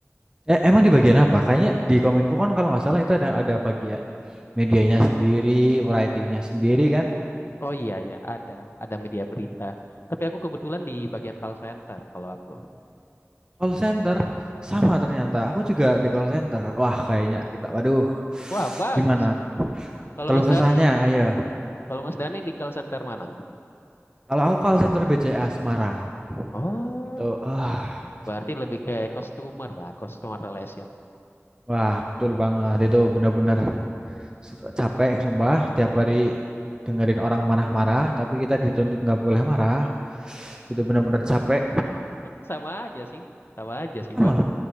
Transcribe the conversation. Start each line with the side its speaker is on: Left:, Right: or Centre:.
Right: eh, emang di bagian apa? Kayaknya di Kominfo kan kalau nggak salah itu ada ada bagian medianya sendiri, writingnya sendiri kan?
Left: Oh iya ya, ada. Ada media berita. Tapi aku kebetulan di bagian call center kalau aku.
Right: Call center sama ternyata. Aku juga di call center. Wah, kayaknya kita waduh.
Left: Wah, bagus
Right: Gimana?
Left: nih. Kalau
Right: Kalau
Left: Mas
Right: kesannya
Left: Dani,
Right: ayo.
Left: kalau Mas Dani di call center mana nih?
Right: Kalau aku call center BCA Semarang
Left: Oh,
Right: itu ah
Left: berarti lebih ke customer lah, customer relation.
Right: wah, betul banget. Itu benar-benar se- capek sumpah tiap hari dengerin orang marah-marah tapi kita dituntut nggak boleh marah. Itu benar-benar capek.
Left: <laughs> Sama aja sih, sama aja sih
Right: Sama.
Left: Bang.